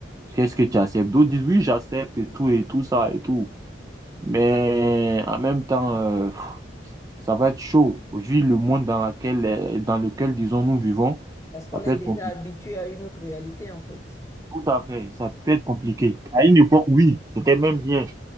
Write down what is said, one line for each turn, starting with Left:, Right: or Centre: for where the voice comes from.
Right: Qu'est-ce que tu acceptes? D'autres disent, oui, j'accepte et tout et tout ça et tout. Mais en même temps, euh, ça va être chaud. Vu le monde dans laquelle, euh, dans lequel, disons, nous vivons,
Left: Parce qu'on
Right: ça peut
Left: est
Right: être
Left: déjà
Right: compliqué.
Left: habitué à une autre réalité, en fait.
Right: Tout à fait, ça peut être compliqué. À une époque, oui, c'était même bien.